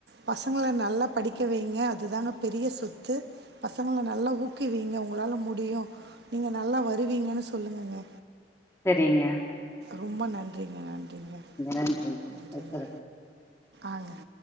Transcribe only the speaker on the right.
பசங்கள நல்லா படிக்க வைங்க அதுதாங்க பெரிய சொத்து பசங்கள நல்லா ஊக்குவீங்க உங்களால முடியு நீங்க நல்லா வருவீங்கன்னு சொல்லுங்கங்க
ரொம்ப நன்றிங்க நன்றிங்க
நன்றிங்க
ஆங்க